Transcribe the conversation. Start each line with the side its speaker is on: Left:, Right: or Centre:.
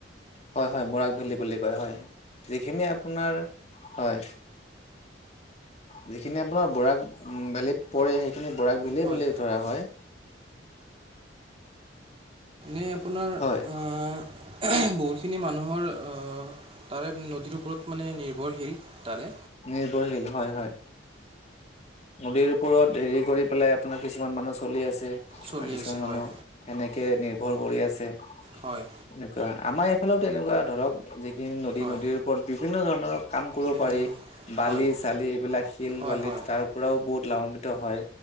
Left: হয় হয় বৰাক ভেলী বুলি হয় যিখিনি আপোনাৰ হয় যিখিনি আপোনাৰ বৰাক ভেলিত পৰে সেই আপি বৰাক বিলিয়ে
Right: হয়
Left: বুলি ধৰা হয়।
Right: এ আপোনাৰ
Left: হয়
Right: আহ বহুতখিনি মানুহৰ আহ তাৰে নদীৰ ওপৰত মানে নিৰ্ভৰশীল তাৰে
Left: নিৰ্ভৰশীল হয় হয় নদীৰ ওপৰত হেৰি কৰি পেলাই আপোনাৰ কিছুমান মানুহ চলি আছে।
Right: চলি
Left: আৰু কিছুমান
Right: আছে
Left: মানুহ
Right: হয়
Left: সেনেকে নিৰ্ভৰ কৰি আছে
Right: হয়
Left: এনেকুৱা। আমাৰ এইফালেও তেনেকুৱা ধৰক যিখিনি নদী
Right: হয়
Left: নদীৰ ওপৰত বিভিন্ন ধৰণৰ কাম কৰিব
Right: বিভিন্ন
Left: পাৰি
Right: হয়
Left: বালি চালি এইবিলাক শিল,
Right: হয়
Left: বালিত
Right: হয়
Left: তাৰ পৰাও বহুত লাভান্বিত হয়।